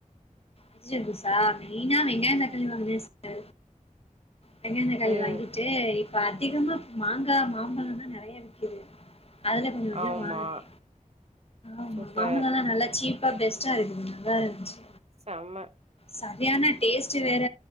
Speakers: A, on the left; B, on the right.
A: வெஜிடபிள்ஸ்சா மெயினா வெங்காயோ தக்காளி வாங்கினே சிஸ்டர் வெங்காயோ தக்காளி
B: ம்.
A: வாங்கிட்டு இப்ப அதிகமா மாங்கா மாம்பழோ தா நெறயா விக்குது அதுல கொஞ்சோ கொஞ்சோ
B: ஆமா.
A: வாங்குனே ஆமா
B: சூப்பர்.
A: மாம்பழோலா நல்லா சீப் பா பெஸ்டா இருக்குது நல்லா இருந்த்ச்சு
B: செம
A: சரியானா டேஸ்டு வேற